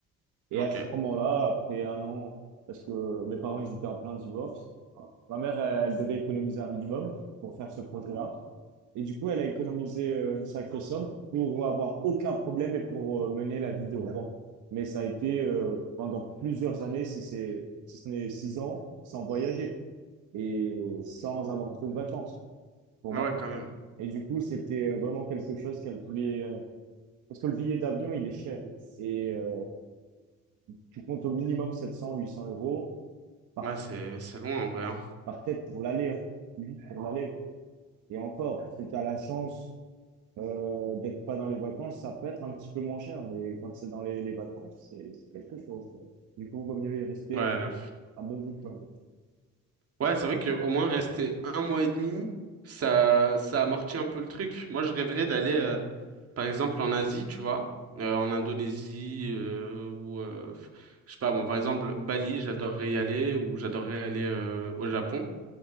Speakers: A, on the right; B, on the right.
A: Et
B: Ok.
A: à ce moment-là, après un an, parce que mes parents, ils étaient en plein divorce, ma mère, elle, elle devait économiser un minimum pour faire ce projet-là. Et du coup, elle a économisé euh, une sacrée somme pour avoir aucun problème et pour euh, mener la vie de rêve. Mais ça a été euh, pendant plusieurs années, si c'est, si ce n'est six ans, sans voyager et sans avoir trop de vacances. Pour
B: Ah
A: ma
B: ouais, quand même.
A: et du coup, c'était euh, vraiment quelque chose qu'elle voulait. euh, Parce que le billet d'avion, il est cher. Et euh, tu comptes au minimum sept cents huit cents euros par,
B: Ouais, c'est c'est loin en vrai. hein.
A: par tête pour l'aller. hein. Oui, Pour l'aller. Et encore, si tu as la chance euh, d'être pas dans les vacances, ça peut être un petit peu moins cher. Mais quand c'est dans les, les vacances, c'est c'est quelque chose. quoi. Du coup, il vaut mieux y rester
B: Ouais.
A: un bon bout de temps.
B: Ouais, c'est vrai que au moins rester un mois et demi, ça ça amortit un peu le truc. Moi, je rêverais d'aller. euh, Par exemple, en Asie, tu vois, euh, en Indonésie, euh, ou euh, f- je sais pas moi, par exemple, Bali, j'adorerais y aller, ou j'adorerais aller euh, au Japon.